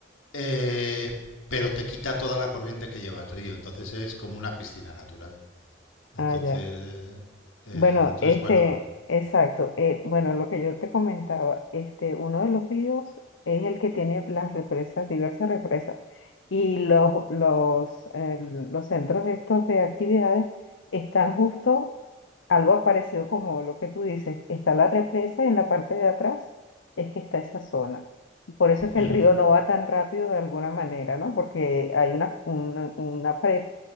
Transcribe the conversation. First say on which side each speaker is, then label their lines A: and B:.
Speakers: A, on the left (about 80°); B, on the left (about 70°).
A: Eh, pero te quita toda la corriente que lleva el río, entonces es como una piscina natural. Entonces,
B: Ah, ya.
A: eh, eh,
B: Bueno,
A: entonces
B: este,
A: bueno,
B: exacto. eh, bueno, lo que yo te comentaba, este, uno de los ríos es el que tiene las represas, diversas represas, y los, los, eh, los centros estos de actividades están justo algo parecido como lo que tú dices. Está la represa y en la parte de atrás es que está esa zona. Por
A: <laughs>
B: eso es que
A: de
B: el río no va tan rápido de alguna manera, ¿no? Porque hay una, una, una pared